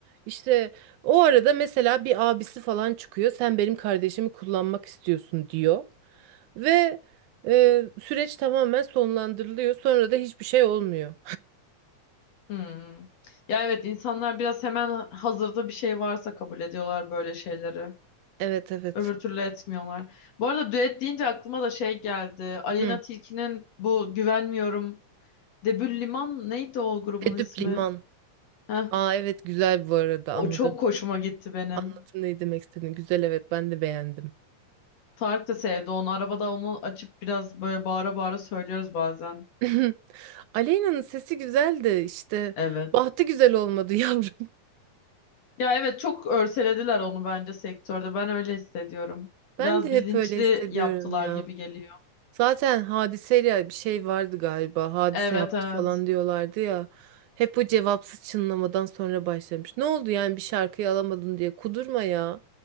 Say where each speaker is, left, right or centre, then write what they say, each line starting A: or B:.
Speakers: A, on the right (about 80°); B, on the left (about 60°).
A: İşte o arada mesela bir abisi falan çıkıyor sen benim kardeşimi kullanmak istiyorsun diyor. Ve e, süreç tamamen sonlandırılıyor sonra da hiçbir şey olmuyor.
B: Hmm. Ya evet insanlar biraz hemen hazırda bir şey varsa kabul ediyorlar böyle şeyleri.
A: Evet evet.
B: Öbür türlü etmiyorlar. Bu arada düet deyince aklıma da şey geldi. Aleyna
A: Hı.
B: Tilki'nin bu Güvenmiyorum. Debül Liman neydi o grubun
A: Edüp
B: ismi?
A: liman.
B: Heh.
A: Aa evet güzel bu arada
B: O
A: anladım.
B: çok hoşuma gitti benim.
A: Anladım ne demek istediğini. Güzel evet ben de beğendim.
B: Tarık da sevdi onu. Arabada onu açıp biraz böyle bağıra bağıra söylüyoruz bazen.
A: <laughs> Aleyna'nın sesi güzeldi işte.
B: Evet.
A: Bahtı güzel olmadı <laughs> yavrum.
B: Ya evet çok örselediler onu bence sektörde. Ben öyle hissediyorum.
A: Ben
B: Biraz
A: de
B: bilinçli
A: hep öyle hissediyorum
B: yaptılar
A: ya.
B: gibi geliyor.
A: Zaten hadiseyle bir şey vardı galiba. Hadise
B: Evet
A: yaptı
B: evet.
A: falan diyorlardı ya. Hep o cevapsız çınlamadan sonra başlamış. Ne oldu yani bir şarkıyı alamadın diye. Kudurma ya.